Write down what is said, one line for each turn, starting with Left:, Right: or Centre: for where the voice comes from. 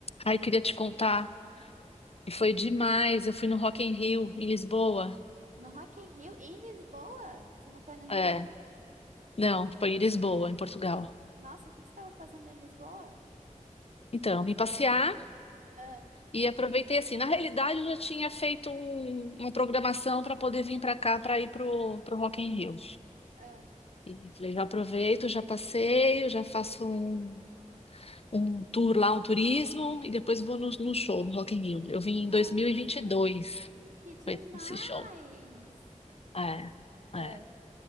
Left: Ai, queria te contar. E foi demais. Eu fui no Rock in Rio, em Lisboa.
Right: No Rock in Rio? Em Lisboa? Você não foi no Rio?
Left: É, não, foi em Lisboa, em Portugal.
Right: Nossa, o que que você estava fazendo em Lisboa?
Left: Então, vim passear
Right: Ah,
Left: e aproveitei assim. Na realidade, eu já tinha feito um- uma programação para poder vir para cá, para ir pro, pro Rock in Rio.
Right: ah.
Left: E falei, já aproveito, já passeio, já faço um, um tour lá, um turismo, e depois vou no, no show, no Rock in Rio. Eu vim
Right: Nossa,
Left: em 2022,
Right: que demais!
Left: foi esse show. É,
Right: Ah,
Left: é.